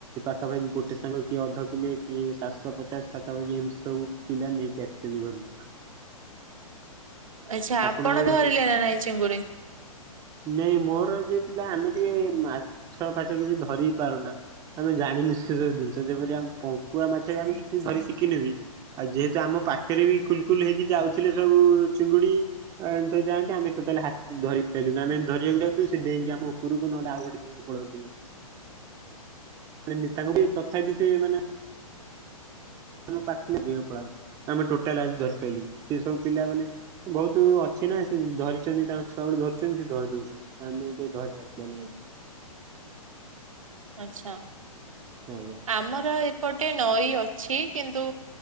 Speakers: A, on the right (about 20°); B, on the right (about 65°).
A: ପାଖାପାଖି ଗୋଟେ ସାଙ୍ଗ କିଏ ଅଧ କିଲେ କିଏ ସାତଶହ ପଚାଶ ପାଖାପାଖି ଏମିତି ସବୁ ପିଲା ନେଇକି ଆସିଛନ୍ତି ଘରକୁ।
B: ଆଚ୍ଛା ଆପଣ
A: ଆପଣଙ୍କ
B: ଧରିଲେ ନା ନାଇଁ ଚିଙ୍ଗୁଡ଼ି?
A: ନାଇଁ ମୋର ଯୋଉ ପିଲା ଆମେ ଟିକେ ମାଛ ଫାଛ କିଛି ଧରି ପାରୁନା। ଆମେ ଜାଣିନୁ ସେ ସବୁ ଜିନିଷ ଯେପରି ଆମ ପଙ୍କୁଆ ମାଛ ବି ଆମେ କିଚି ଧରି ଶିଖିନୁ ବି। ଆଉ ଯେହେତୁ ଆମ ପାଖରେ ବି କୁଲ କୁଲ ହେଇକି ଯାଉଥିଲେ ସବୁ ଚିଙ୍ଗୁଡ଼ି ଆ ଏମତି ସବୁ ଯାଆନ୍ତି ଆମେ ଟୋଟାଲ୍ ହା ଧରି ପାଇଲୁନି। ଆମେ ଯେମିତି ଧରିବାକୁ ଯାଉଥିବୁ ସେ ଡେଇଙ୍କି ଆମ ଉପରକୁ ନହେଲେ ଆଉ ଗୋଟେ ଜେଗାକୁ ପଳାଉଥିବେ। ମାନ ନେତାଙ୍କ ବି ତଥାପି ସେ ମାନେ କୁ <unintelligible> ଆମେ ଟୋଟାଲ ଆଜି ଧରି ପାରଲୁନୁ ସେ ସବୁ ପିଲାମାନେ ବହୁତ ଅଛି ନା ସେ ଧରିଛନ୍ତି ତାଙ୍କ ଛୁଆ ବେଳୁ ଧରୁଛନ୍ତି ସେ ଧରି ଦଉଛନ୍ତି। ଆମକୁ ଟିକେ ଧରି ଆସେନି।
B: ଆଛା
A: ଆଜ୍ଞା
B: ଆମର ଏ ଗୋଟେ ନଈ ଅଛି କିନ୍ତୁ